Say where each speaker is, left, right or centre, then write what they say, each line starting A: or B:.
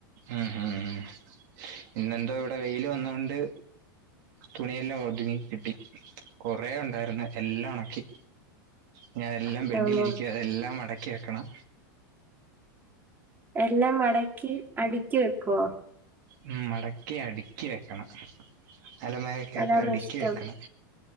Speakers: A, on the right (about 60°); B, on the right (about 15°).
A: ഉം ഹും ഹും. പിന്നെന്തോ ഇവിടെ വെയില് വന്നോണ്ട്. തുണിയെല്ലാം ഒതുങ്ങി കിട്ടി. കൊറെ ഉണ്ടായിര്ന്ന് എല്ലാം ഉണക്കി. ഇഞതെല്ലാം ബെഡിലിരിക്കുവാ
B: ആണോ
A: അതെല്ലാം മടക്കി വെക്കണം.
B: എല്ലാം മടക്കി അടുക്കി വെക്കുവോ?
A: ഉം മടക്കി അടുക്കി വെക്കണം. അലമാരക്കകത്ത്
B: അതാണോ
A: അടുക്കി
B: ഇഷ്ടം
A: വെക്കണം.